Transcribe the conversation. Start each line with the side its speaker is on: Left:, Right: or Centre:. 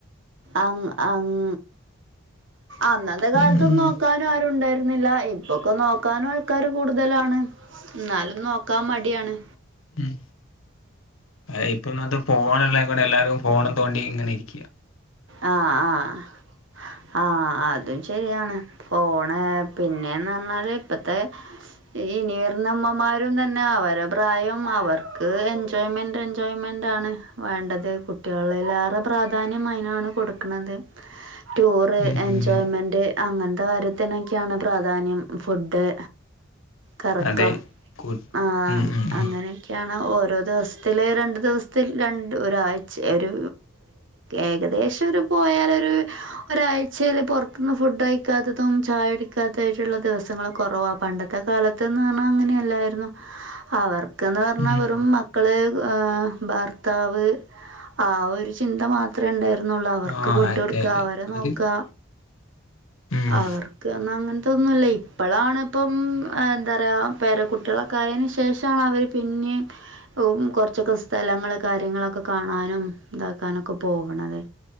Right: അങ് അങ് അന്നത്തെ കാലത്തൊന്നും
Left: ഉം
Right: നോക്കാനും ആരും ഉണ്ടായിരുന്നില്ല ഇ പ്പൊക്കെ നോക്കാനും ആൾക്കാര് കൂടുതലാണ് ഇന്നാലും നോക്കാൻ മടിയാണ്
Left: ഉം അയിനിപ്പൊ ഒന്നാമത്തത് ഫോണ് ഉള്ളതുക്കൊണ്ട് എല്ലാരും ഫോണും തോണ്ടി ഇങ്ങനെ ഇരിക്ക
Right: ആഹ് ആഹ് ആ അതും ശരിയാണ് ഫോണ് പിന്നേന്ന് പറഞ്ഞാല് ഇപ്പത്തെ ഇനി വരുന്ന അമ്മമാരും തന്നെ അവരെ പ്രായം അവർക്ക് എൻ - ടേൺമെന്റ് എൻജോയ്മെന്റ് ആണ് വേണ്ടത് കുട്ടികളിൽ ഏറെ പ്രാധാന്യം അയിനാണ് കൊടുക്ക്ണത് ടൂറ്
Left: ഉം
Right: എൻജോ- ടേൺമെന്റ് അങ്ങനത്തെ കാര്യത്തിനൊക്കെയാണ് പ്രാധാന്യം ഫുഡ് കറക്കം
Left: അതെ കു
Right: ആഹ്
Left: ഉം ഉം
Right: അങ്ങനെ.
Left: ഉം
Right: ക്കെയാണ്. ഓരോ ദിവസത്തില്, രണ്ട് ദിവസത്തിൽ, രണ്ട് ഒരാഴ്ച ഒരു ഏകദേശം ഏറിപ്പോയാലൊര്. ഒരാഴ്ചയില് പൊർത്ത്ന്ന് ഫുഡ് കഴിക്കാത്തതും ഛായുടിക്കാത്തായിട്ട്ള്ള ദിവസങ്ങള് കൊറവാ പണ്ട ത്തെ കാലത്ത്ന്ന് പറഞ്ഞാ അങ്ങനെയല്ലായിരുന്നു അവർക്ക്ന്ന് പറഞ്ഞാ
Left: ഉം
Right: വെറും മ ക്കള് ആ ഭർത്താവ് ആ ഒരു ചിന്ത മാത്രേ ഉണ്ടാ ന്നൊള്ളൂ അവർക്ക്
Left: ആഹ്
Right: ഫുഡോട്ക്കാ
Left: അതെ അതെ
Right: അവരെനോക്കാ.
Left: അത് ഉം
Right: അവർക്ക് പറഞ്ഞ അങ്ങൻത്തൊന്നു അല്ലയ് ഇപ്പളാണ്പ്പം എന്താ പറയാ പേര കുട്ട്യാളൊ ക്കായേന് ശേഷാണ് അവര് പിന്നിം. ഉം കൊർച്ചൊക്കെ സ്ഥലങ്ങള് കാര്യങ്ങളൊക്കെ കാണാനും താക്കാനൊക്കെ പോവണത്.